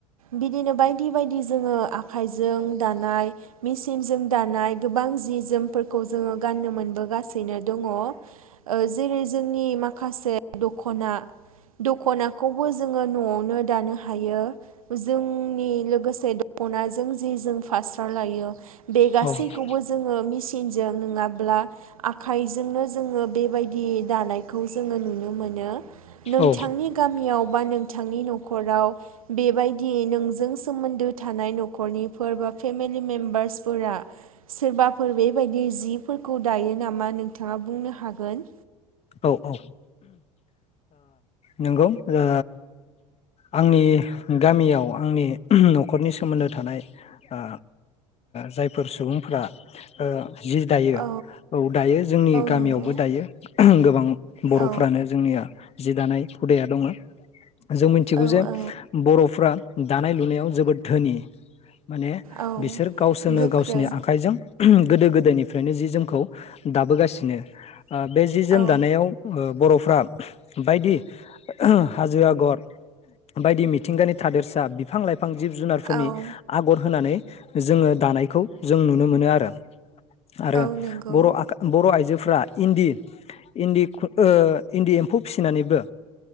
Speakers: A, on the right; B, on the left.
A: बिदिनो बायदि बायदि जोङो आ खाइजों दानाय मेचिनजों दानाय गोबां जि जोमफोरखौ जोङो गाननो मोनबोगासिनो दङ। ओ जेरै जोंनि माखासे दख'ना था दख'नाखौबो जोङो न'आवनो दानो हायो जोंनि लोगोसे <unintelligible> जों जे जों फास्रा लायो बे गासैखौबो
B: औ
A: जोङो मेसिनजों नङाब्ला आखाइजोंनो जोङो बेबायदि दानायखौ जोङो नुनो मोनो। नोंथांनि
B: औ
A: गामियाव बा नोंथांनि न'खराव बेबायदि नोंजों सोमोन्दो थानाय न' खरनिफोर बा फेमिलि मेम्बार्स फोरा सोरबाफोर बेबाय बे जिफोरखौ दायो नामा नोंथाङा बुंनो हागोन।
B: औ औ ओ नोंगौ ओ आंनि गामियाव आंनि न'खरनि सोमोन्दो थानाय ओ जायफोर सुबुंफोरा ओ जि दायो
A: औ
B: औ दायो जोंनि गामियावबो
A: नंगौ
B: दायो। गोबां बर'फ्रानो
A: औ
B: जोंनिया जि दानाय हुदाया दङो। जों मिथिगौ
A: औ
B: जे
A: औ
B: बर'फ्रा दानाय लुनायाव जोबोद धोनि। माने
A: औ
B: बिसोर गावसोरनो
A: गोख्रों
B: गावसोरनि आखाइजों गोदो गोद दायनिफ्रायनो जि जोमखौ दाबोगासिनो ओ बे जि जोम
A: औ
B: दानायाव ओ बर'फ्रा बायदि हाजो आगर बायदि मिथिंगानि थादेरसा बिफां लाइफां जिब जुनारफोरनि
A: औ
B: आगर होनानै जोङो दानायखौ जों नुनो मोनो आरो, आरो
A: औ नंगौ
B: बर' आखा बर' आइजोफ्रा इन्दि इन्दि खुन ओ इन्दि एम्फौ फिसिनानैबो